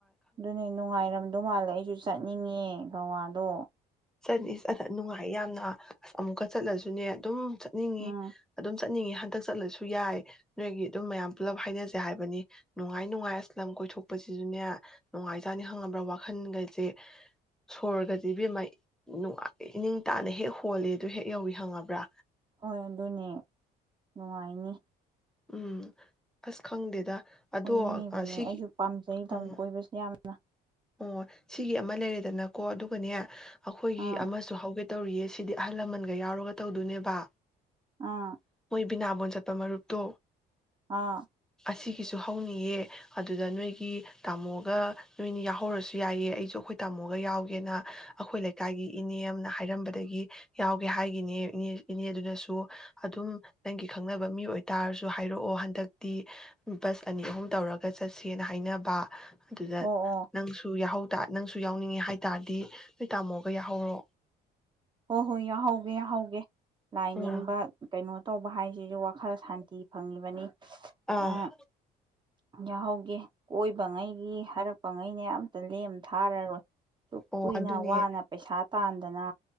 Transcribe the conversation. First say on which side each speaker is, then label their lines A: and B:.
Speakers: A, on the right; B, in the centre.
A: ꯑꯗꯨꯅꯦ ꯅꯨꯡꯉꯥꯏꯔꯝꯗꯧ ꯃꯥꯜꯂꯦ ꯑꯩꯁꯨ ꯁ ꯆꯠꯅꯤꯡꯉꯦ ꯒꯋꯥꯗꯣ
B: ꯆꯠꯅꯤ ꯆꯜꯂ ꯅꯨꯡꯉꯥꯏ ꯌꯥꯝꯅ ꯑꯁ ꯑꯃꯨꯛꯀ ꯆꯠꯂꯁꯨꯅꯦ ꯑꯗꯨꯝ ꯆ ꯅꯤꯡꯉꯤ
A: ꯎꯝ
B: ꯑꯗꯨꯝ ꯆꯠꯅꯤꯌꯦ ꯍꯟꯗꯛ ꯆꯠꯂꯁꯨ ꯌꯥꯏ ꯅꯣꯏꯒꯤ ꯑꯗꯨꯝ ꯃꯌꯥꯝ ꯄꯨꯜꯂꯞ ꯍꯥꯏꯅꯁꯩ ꯍꯥꯏꯕꯅꯤ ꯅꯨꯡꯉꯥꯏ ꯅꯨꯡꯉꯥꯏ ꯑꯁ ꯂꯝ ꯀꯣꯏꯊꯣꯛꯄꯁꯤꯁꯨꯅꯦ ꯅꯨꯡꯉꯥꯏꯖꯥꯠꯅꯤ ꯈꯪꯉꯕ꯭ꯔꯥ ꯋꯥꯈꯟꯒꯖꯦ ꯁꯣꯔꯒꯖꯦ ꯏꯕꯦꯝꯃꯥ ꯅꯨꯡꯉꯥꯏ ꯏꯅꯤꯡ ꯇꯥꯅ ꯍꯦꯛ ꯍꯣꯜꯂꯦ ꯗꯨ ꯍꯦꯛ ꯌꯧꯏ ꯈꯪꯉꯕ꯭ꯔꯥ
A: ꯍꯣꯏ ꯑꯗꯨꯅꯦ ꯅꯨꯡꯉꯥꯏꯅꯤ
B: ꯎꯝ ꯑꯁ ꯈꯪꯗꯦꯗ ꯑꯗꯣ
A: ꯀꯣꯏꯅꯤꯡꯉꯤꯕꯅꯦ
B: ꯑ ꯁꯤꯒꯤ
A: ꯑꯩꯁꯨ ꯄꯥꯝꯖꯩ
B: ꯑꯣ
A: ꯂꯝ ꯀꯣꯏꯕꯁꯤ ꯌꯥꯝ ꯅ
B: ꯑꯣ ꯁꯤꯒꯤ ꯑꯃ ꯂꯩꯔꯦꯗꯅꯀꯣ ꯑꯗꯨꯒꯅꯦ ꯑꯈꯣꯏꯒꯤ
A: ꯑꯥ
B: ꯑꯃꯁꯨ ꯍꯧꯒꯠ ꯇꯧꯔꯤꯌꯦ ꯁꯤꯗꯤ ꯑꯍꯜ ꯂꯃꯟꯒ ꯌꯥꯎꯔꯒ ꯇꯧꯗꯣꯅꯦꯕ
A: ꯑꯥ
B: ꯕꯤꯅꯥꯕꯣꯟ ꯆꯠꯄ ꯃꯔꯨꯞꯇꯣ
A: ꯑꯥ
B: ꯁꯤꯒꯤꯁꯨ ꯍꯧꯅꯤꯌꯦ ꯑꯗꯨꯗ ꯅꯣꯏꯒꯤ ꯇꯥꯃꯣꯒ ꯅꯣꯏꯅꯤ ꯌꯥꯎ ꯍꯧꯔꯁꯨ ꯌꯥꯏꯌꯦ ꯑꯩꯁꯨ ꯑꯩꯈꯣꯏ ꯇꯥꯃꯣꯒ ꯌꯥꯎꯒꯦꯅ ꯑꯩꯈꯣꯏ ꯂꯩꯀꯥꯏꯒꯤ ꯏꯅꯦ ꯑꯃꯅ ꯍꯥꯏꯔꯝꯕꯗꯒꯤ ꯌꯥꯎꯒꯦ ꯍꯥꯏꯒꯤꯅꯦ ꯅꯦ ꯏꯅꯦꯗꯨꯅꯁꯨ ꯑꯗꯨꯝ ꯅꯪꯒꯤ ꯈꯪꯅꯕ ꯃꯤ ꯑꯣꯏꯇꯥꯔꯁꯨ ꯍꯥꯏꯔꯛꯑꯣ ꯍꯟꯗꯛꯇꯤ ꯕꯁ ꯑꯅꯤ ꯑꯍꯨꯝ ꯇꯧꯔꯒ ꯆꯠꯁꯦꯅ ꯍꯥꯏꯅꯕ ꯑꯗꯨꯗ
A: ꯑꯣ ꯑꯣ
B: ꯁꯨ ꯌꯥꯎꯍꯧ ꯇ ꯅꯪꯁꯨ ꯌꯥꯎꯅꯤꯡꯉꯦ ꯍꯥꯏ ꯇꯥꯔꯗꯤ ꯅꯣꯏ ꯇꯥꯝꯃꯣꯒ ꯌꯥꯍꯧꯔꯣ
A: ꯍꯣ ꯍꯣꯏ ꯌꯥꯍꯧꯒꯦ ꯌꯥꯍꯧꯒꯦ ꯂꯥꯏ
B: ꯎꯝ
A: ꯅꯤꯡꯕ ꯀꯩꯅꯣ ꯇꯧꯕ ꯍꯥꯏꯁꯤꯁꯨ ꯋꯥꯈꯜ ꯁꯥꯟꯇꯤ ꯐꯪꯉꯤꯕꯅꯤ
B: ꯑꯥ
A: ꯑ ꯌꯥꯍꯧꯒꯦ ꯀꯣꯏꯕꯉꯩꯒꯤ ꯍꯥꯏꯔꯛꯄ ꯉꯩꯅꯦ ꯑꯝꯇ ꯂꯦꯝ ꯊꯥꯔꯔꯣꯏ ꯇꯣ
B: ꯑꯣ
A: ꯀꯨꯏꯅ
B: ꯑꯗꯨꯅꯦ
A: ꯋꯥ ꯅ ꯄꯩ ꯁꯥ ꯄꯥꯟꯗꯅ